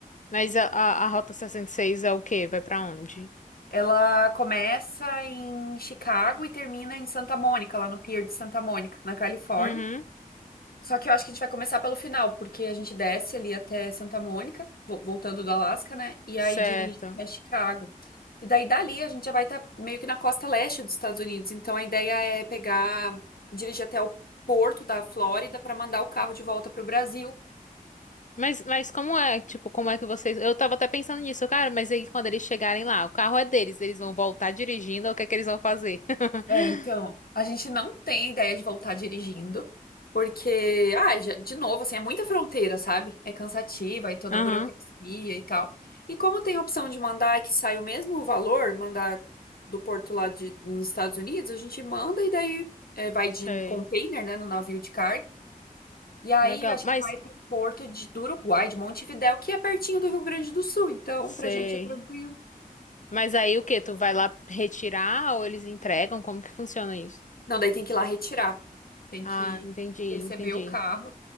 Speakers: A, on the left (about 55°); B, on the left (about 85°).
A: Mas a, a, a Rota 66 é o quê? Vai pra onde?
B: Ela começa em Chicago e termina em Santa Mônica, lá no Pier de Santa Mônica, na Califórnia.
A: Uhum,
B: Só que eu acho que a gente vai começar pelo final, porque a gente desce ali até Santa Mônica, vo- voltando do Alasca, né? E
A: certo.
B: aí dirige até Chicago. E daí dali a gente já vai estar meio que na costa leste dos Estados Unidos. Então a ideia é pegar, dirigir até o porto da Flórida para mandar o carro de volta para o Brasil.
A: Mas, mas como é, tipo, como é que vocês... Eu tava até pensando nisso, cara, mas aí quando eles chegarem lá, o carro é deles, eles vão voltar dirigindo, o que é que eles vão fazer? <laughs>
B: É, então, a gente não tem ideia de voltar dirigindo, porque, ah, já- de novo, assim, é muita fronteira, sabe? É cansativa e toda
A: Aham,
B: a burocracia e tal. E como tem a opção de mandar que sai o mesmo valor, mandar do porto lá de, nos Estados Unidos, a gente manda e daí é, vai de
A: sei.
B: container, né, no navio de carga. E aí,
A: Legal,
B: eu acho
A: mas...
B: que vai pro porto de, do Uruguai, de Montevidéu, que é pertinho do Rio Grande do Sul. Então,
A: Sei.
B: pra gente é tranquilo.
A: Mas aí o quê? Tu vai lá retirar ou eles entregam? Como que funciona isso?
B: Não, daí tem que ir lá retirar. Tem
A: Ah,
B: que
A: entendi,
B: receber
A: entendi.
B: o carro.